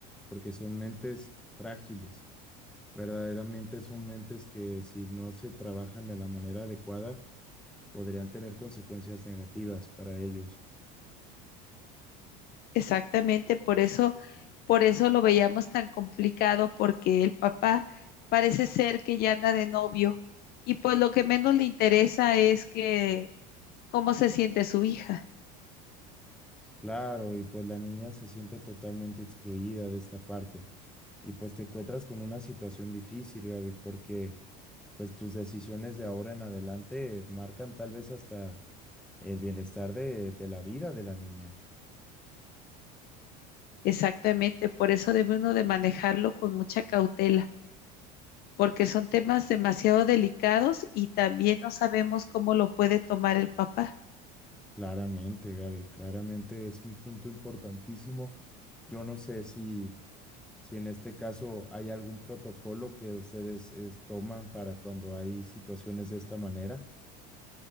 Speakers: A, in the centre; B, on the left.
A: porque son mentes frágiles. Verdaderamente son mentes que si no se trabajan de la manera adecuada podrían tener consecuencias negativas para ellos.
B: Exactamente, por eso, por eso lo veíamos tan complicado, porque el papá parece ser que ya anda de novio y pues lo que menos le interesa es que cómo se siente su hija.
A: Claro, y pues la niña se siente totalmente excluida de esta parte y pues te encuentras con una situación difícil, Gaby, porque pues tus decisiones de ahora en adelante marcan tal vez hasta El bienestar de, de la vida de la niña.
B: Exactamente, por eso debe uno de manejarlo con mucha cautela, porque son temas demasiado delicados y también no sabemos cómo lo puede tomar el papá.
A: Claramente, Gaby, claramente es un punto importantísimo. Yo no sé si, si en este caso hay algún protocolo que ustedes es, toman para cuando hay situaciones de esta manera.